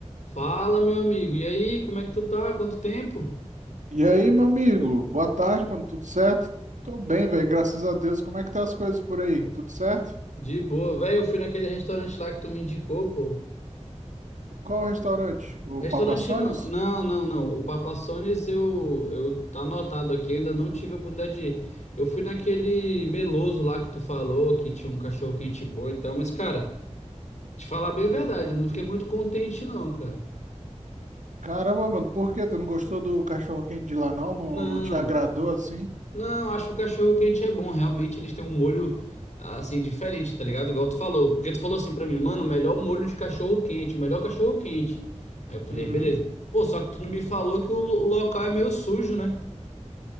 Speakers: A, on the left; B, on the right.
A: Fala, meu amigo. E aí, como é que tu tá? Quanto tempo?
B: E aí, meu amigo? Boa tarde, mano. Tudo certo? Tô bem, velho. Graças a Deus. Como é que tá as coisas por aí? Tudo certo?
A: De boa. Velho, eu fui naquele restaurante lá que tu me indicou, pô.
B: Qual o restaurante? O
A: Restaurante
B: Papa Sonis?
A: não. Não, não, não. O Papa John's eu, eu tá anotado aqui, ainda não tive a oportunidade de ir. Eu fui naquele meloso lá que tu falou, que tinha um cachorro quente bom e tal, mas, cara, te falar bem
B: Hum.
A: a verdade, eu não fiquei muito contente, não, cara.
B: Caramba, mano. Por quê? Tu não gostou do cachorro-quente de lá, não? Não,
A: Não.
B: não te agradou assim?
A: Não, acho que o cachorro quente é bom. Realmente eles têm um molho assim diferente, tá ligado? Igual tu falou. Porque tu falou assim pra mim, mano, o melhor molho de cachorro quente, o melhor cachorro quente. Aí eu falei,
B: Uhum.
A: beleza. Pô, só que tu não me falou que o lo- o local é meio sujo, né?